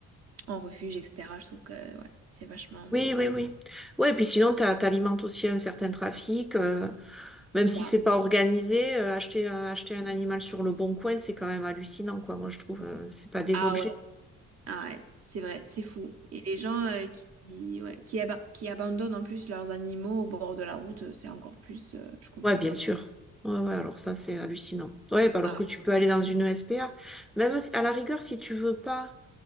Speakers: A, on the right (about 55°); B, in the centre.
A: en refuge, etc. Je trouve que ouais, c'est vachement.
B: Oui, oui, oui. Ouais, puis sinon, tu alimentes aussi un certain trafic. euh, même
A: C'est
B: si
A: ça.
B: c'est pas organisé, euh, acheter, un- acheter un animal sur le bon coin, c'est quand même hallucinant, quoi, moi, je trouve. euh, c'est pas des
A: Ah
B: objets.
A: ouais. Ah ouais, c'est vrai, c'est fou. Et les gens euh, qui, ouais, qui, aba- qui abandonnent en plus leurs animaux au bord de la route, euh, c'est encore plus. euh, je comprends
B: Ouais, bien
A: pas.
B: sûr. Ouais, ouais, alors ça, c'est hallucinant. Ouais, bah alors
A: Ah.
B: que tu peux aller dans une SPA. Même si- à la rigueur, si tu veux pas